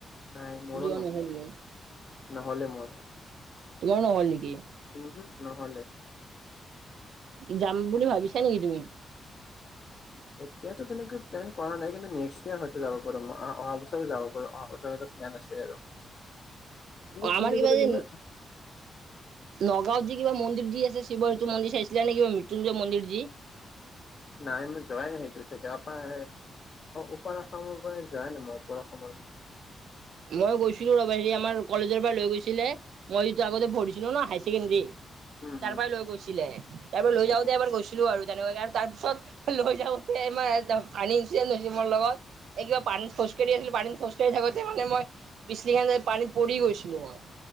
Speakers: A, on the left; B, on the right.
A: নাই মোৰো
B: যোৱা নহল গে
A: নহ'লে মোৰ
B: তোমাৰো নহ'ল নেকি?
A: উমহো, নহ'লে।
B: যাম বুলি ভাবিছা নেকি তুমি?
A: এতিয়াতো তেনেকে প্লেন কৰা নাই কিন্তু নেক্সট ইয়াৰ হয়তো যাব পাৰো মই অ অহা বছৰো যাব পাৰো অহা বছৰে বেয়া নাছিলে আৰু তুমি
B: আমাৰ
A: তুমি
B: কিবা
A: গ'লে
B: যেন
A: তুমি
B: নগাঁওত যি কিবা মন্দিৰ যি আছে শিৱ সেইটো মন্দিৰ চাইছিলা নেকি মৃত্যুঞ্জয় মন্দিৰ যি
A: নাই মই যোৱাই নাই সেইটো চাইডে অপাৰ ওপাৰ অসমৰ পৰাই যোৱাই নাই মই ওপৰ অসমৰ
B: মই গৈছিলো ৰবি হেৰি আমাৰ কলেজৰ পৰা লৈ গৈছিলে মই যেতিয়া আগতে পঢ়িছিলো না হাই চেকেণ্ডেৰী
A: উম
B: তাৰ পৰা লৈ গৈছিলে তাৰ পৰা লৈ
A: উম
B: যাওঁতে এবাৰ গৈছিলো আৰু তেনেকুৱাকে আৰু তাৰ পিছত লৈ যাওঁতোৰ এ মানে পানী এচিদেন হৈছে মোৰ লগত এই কিবা পানী খোজকাঢ়ি আছিলো পানীত খোজকাঢ় থাকো মানে মই পিছলি কিনে পানীত পৰি গৈছিলো মই